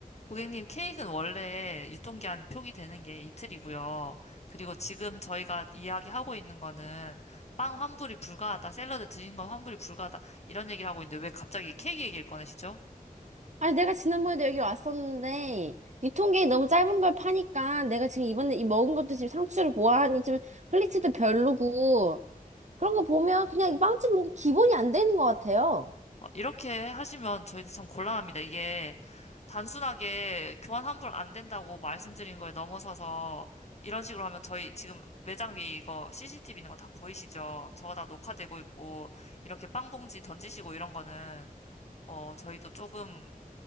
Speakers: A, on the left (about 45°); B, on the right (about 50°).
A: 고객님 케이크는 원래 유통기한 표기되는 게 이틀이고요. 그리고 지금 저희가 이야기하고 있는 거는 빵 환불이 불가하다, 샐러드 드신 건 환불이 불가하다, 이런 얘기를 하고 있는데 왜 갑자기 케이크 얘기를 꺼내시죠?
B: 아니, 내가 지난번에도 여기 왔었는데, 유통기한이 너무 짧은 걸 파니까, 내가 지금 이번에 이 먹은 것도 지금 상추를 보아하니 좀 퀄리티도 별로고, 그런 거 보면 그냥 이 빵집 뭔가 기본이 안 되는 것 같아요.
A: 어, 이렇게 하시면 저희도 참 곤란합니다. 이게 단순하게 교환 환불 안 된다고 말씀드린 거에 넘어서서 이런 식으로 하면 저희 지금 매장 위에 이거 CCTV 있는 거 다 보이시죠? 저거 다 녹화되고 있고 이렇게 빵봉지 던지시고 이런 거는 어, 저희도 조금